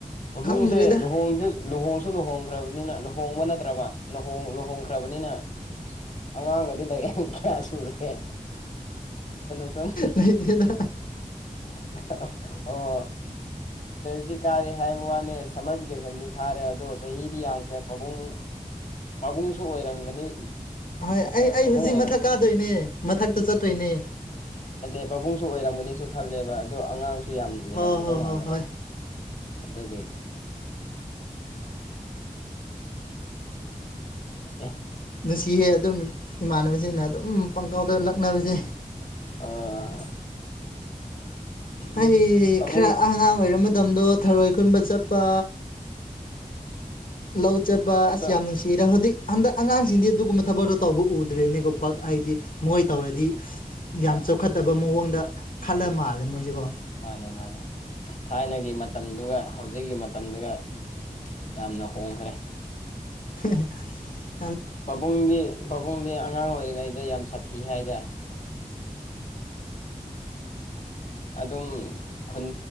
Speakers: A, on the left; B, on the left.
A: ꯄꯥꯕꯨꯡꯁꯦ
B: ꯈꯪꯗ꯭ꯔꯦꯗ
A: ꯂꯨꯍꯣꯡꯗ ꯂꯨꯍꯣꯡꯁꯨ ꯂꯨꯍꯣꯡꯈ꯭ꯔꯕꯅꯤꯅ ꯂꯨꯍꯣꯡꯕ ꯅꯠꯇ꯭ꯔꯕ ꯂꯨꯍꯣꯡ ꯂꯨꯍ‌ꯣꯡ ꯁꯈ꯭ꯔꯕꯅꯤꯅ ꯑꯉꯥꯡꯒꯗꯤ ꯂꯩ ꯀꯌꯥ ꯁꯨꯔꯨꯒ‌ꯦ <unintelligible>
B: ꯂꯩꯇꯦꯗ
A: ꯑꯣ ꯍꯧꯖꯤꯛ ꯀꯥꯔꯦ ꯍꯥꯏꯕ ꯋꯥꯅꯤ ꯁꯝꯃꯔ ꯚꯦꯀꯦꯁꯟꯗꯤ ꯊꯥꯔꯦ ꯑꯗꯣ ꯆꯍꯤꯗꯤ ꯌꯥꯝꯈ꯭ꯔꯦ ꯄꯕꯨꯡ ꯄꯥꯕꯨꯡꯁꯨ ꯑꯣꯏꯔꯝꯒꯅꯤ
B: ꯍꯣꯏ ꯑꯩ ꯑꯩ
A: ꯄꯥꯕꯨꯡ
B: ꯍꯧꯖꯤꯛ
A: ꯑꯣꯏꯔ
B: ꯃꯊꯛ ꯀꯥꯗꯣꯏꯅꯦ ꯃꯊꯛꯇ ꯆꯠꯇꯣꯏꯅꯦ
A: ꯅꯇꯩ ꯄꯥꯕꯨꯡꯁꯨ ꯑꯣꯏꯔꯝꯒꯅꯤꯁꯨ ꯈꯜꯂꯦꯕ ꯑꯗꯣ ꯑꯉꯥꯡꯁꯨ ꯌꯥꯝ ꯂꯩꯔꯝꯒꯗꯧ
B: ꯍꯣꯏ ꯍꯣꯏ
A: ꯃꯥꯟꯅꯕ
B: ꯍꯣꯏ ꯍꯣꯏ
A: ꯑꯗꯨꯗꯒꯤ ꯑꯦ
B: ꯑ ꯆꯤꯍꯦ ꯑꯗꯨꯝ ꯏꯃꯥꯟꯅꯕꯁꯤꯡꯅ ꯑꯗꯨꯝ ꯄꯪꯀꯥꯎꯗ ꯂꯛꯅꯕꯁꯦ
A: ꯑ
B: ꯑꯩ
A: ꯄꯥꯕꯨꯡ
B: ꯈꯔ ꯑꯉꯥꯡ ꯑꯣꯏꯔꯝ ꯃꯇꯝꯗꯣ ꯊꯔꯣꯏ ꯈꯨꯟꯕ ꯆꯠꯄ ꯂꯧ ꯆꯠꯄ
A: ꯑꯗꯣ
B: ꯑꯁꯤꯁ ꯌꯥꯝ ꯅꯨꯡꯁꯤꯔꯦ ꯍꯧꯖꯤꯛ ꯍꯟꯗꯛ ꯑꯉꯥꯡꯁꯤꯡꯗꯤ ꯑꯗꯨꯒꯨꯝꯕ ꯊꯕꯛꯇꯣ ꯇꯧꯕ ꯎꯗ꯭ꯔꯦꯅꯦꯀꯣ ꯄ ꯍꯥꯏꯗꯤ ꯃꯣꯏ ꯇꯧꯔꯗꯤ ꯌꯥꯝ
A: ꯑ
B: ꯆꯥꯎꯈꯠꯇꯕ
A: ꯍꯣꯏ
B: ꯃꯑꯣꯡꯗ ꯈꯜꯂ ꯃꯥꯜꯂꯦ ꯃꯣꯏꯁꯦꯀꯣ
A: ꯃꯥꯅꯦ ꯃꯥꯅꯦ ꯊꯥꯏꯅꯒꯤ ꯃꯇꯝꯗꯨꯒ ꯍꯧꯖꯤꯛꯀꯤ ꯃꯇꯝꯗꯨꯒ ꯌꯥꯝꯅ ꯍꯣꯡꯈ꯭ꯔꯦ
B: <inaudible>
A: ꯄꯥꯕꯨꯡꯗꯤ ꯄꯥꯕꯨꯡꯗꯤ ꯑꯉꯥꯡ ꯑꯣꯏꯔꯤ ꯩꯗ ꯌꯥꯝ ꯁꯥꯊꯤ ꯍꯥꯏꯇꯥ ꯑꯗꯨꯝ ꯈꯨꯟ